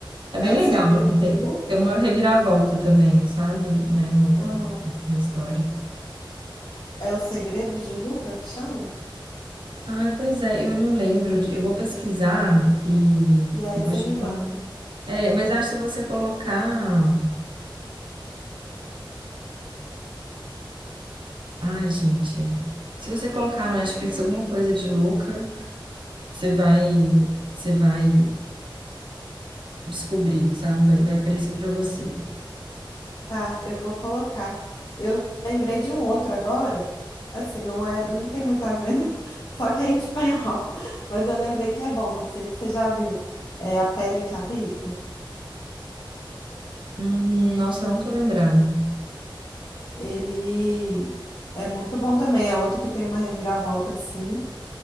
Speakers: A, on the right; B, on the left.
A: É bem
B: É o
A: legal,
B: segredo
A: assim, tem,
B: de Luca?
A: tem uma reviravolta também, sabe, né, no,
B: Aham.
A: na história.
B: É o segredo de Luca que chama?
A: Ai, pois é, eu não lembro. de- Eu vou pesquisar e,
B: E aí
A: e vou
B: você
A: te
B: me manda.
A: contar. É, mas acho que se você colocar. Ai, gente. Se você colocar no Netflix alguma coisa de louca, você vai, você vai descobrir, sabe? Vai, vai aparecer pra você.
B: Tá, eu vou colocar. Eu lembrei de um outro agora. Assim, não é, não tem muito a ver, não. <laughs> Só que é em espanhol. Mas eu lembrei que é bom, não sei se você já viu. É A Pele que Habito.
A: Hum, nossa, eu não tô lembrado.
B: Ele é muito bom também. É outro que tem uma reviravolta assim